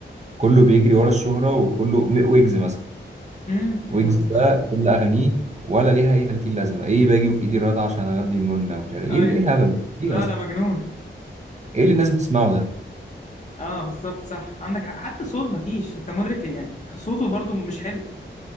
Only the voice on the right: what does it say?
كله بيجري ورا الشهرة وكله م- ويجز مثلا
ويجز
ده
كل أغانيه ولا ليها أي 30 لازمة إيه باجي في إيدي الرضا عشان أغدي منى ومش عارف إيه
إيه الهبل ده؟
إيه أصلا
إيه اللي الناس بتسمعه ده